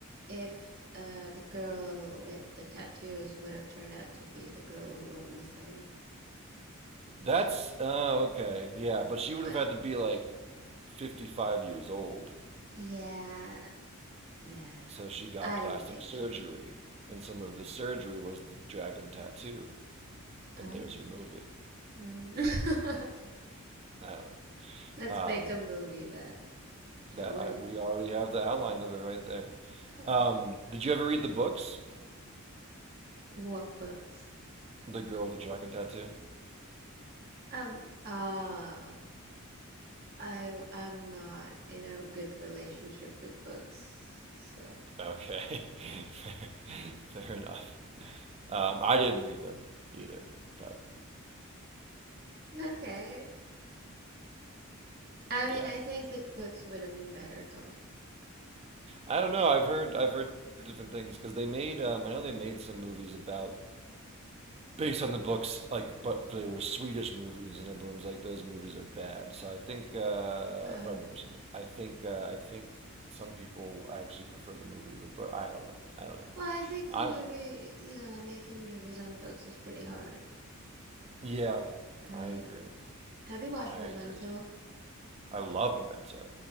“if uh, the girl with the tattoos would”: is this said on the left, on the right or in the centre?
Right